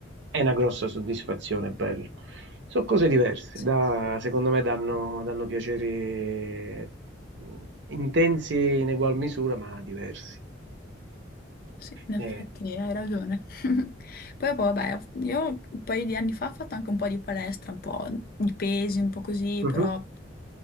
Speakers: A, on the right; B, on the left.
A: è una grossa soddisfazione, è bello. Sono cose diverse,
B: sì.
A: da- secondo me danno, danno piaceri mh, intensi in egual misura, ma diversi.
B: Sì, in effetti
A: Eh,
B: hai ragione. <laughs> Poi, poi, vabbè, io un paio di anni fa ho fatto anche un po' di palestra, un po' di pesi, un po' così,
A: mhm.
B: però